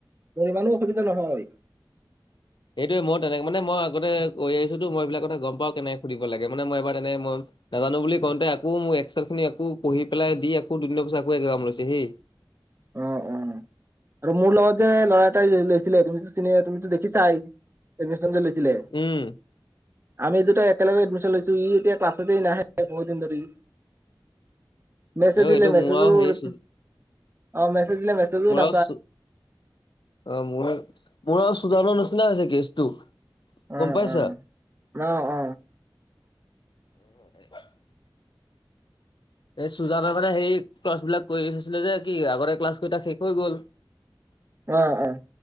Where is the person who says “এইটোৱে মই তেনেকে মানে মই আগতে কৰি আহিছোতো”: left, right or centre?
Left